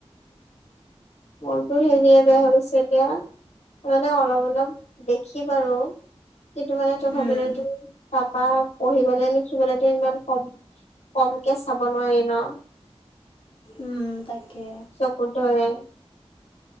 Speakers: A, on the left; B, on the left.
A: ফোনটো হেৰিয়ে বেয়া হৈ গৈছে এতিয়া। মানে অলপ অলপ দেখি বাৰু। কিন্তু মানে তথাপিতো,
B: উম,
A: তাপা পঢ়িবলৈ লিখিবলৈতো ইমান ক'ম। ক'ম কে চাব নোৱাৰি ন।
B: উম, তাকে।
A: চকুত ধৰে।